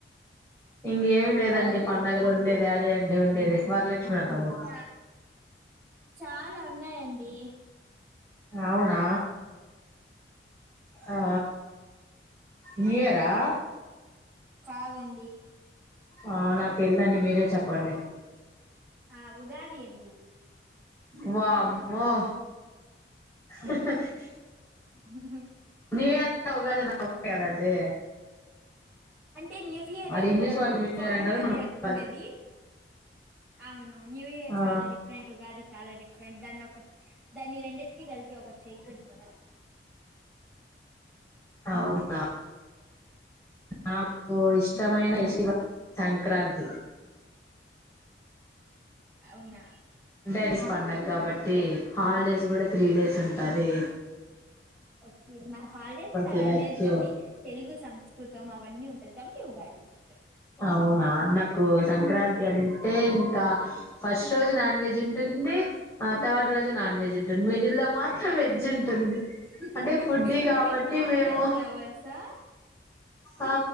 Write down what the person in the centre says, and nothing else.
కాదు
చ చాలా ఉన్నాయండి.
కాదండి
ఆ ఉగాది అండి.
హుహ్
అంటే న్యూ ఇయర్
ఫారెన్
వాళ్ళు
జరుపుకుండేది.
అవును న్యూ ఇయర్
చాలా డిఫరెంట్, ఉగాది చాలా డిఫరెంట్ దాన్ని ఒక దాన్ని రెండింటికిీ కలిపి ఒకటి చేయకూడదు మనం.
అవునా
ఓకే నా హాలిడేస్ అలా
లేదు కానీ తెలుగు, సంస్కృతం అవన్నీ ఉంటది కాబట్టి ఉగాది ఇష్టం.
హుహుహ్
మీరు నాన్
వెజ్ లవర్సా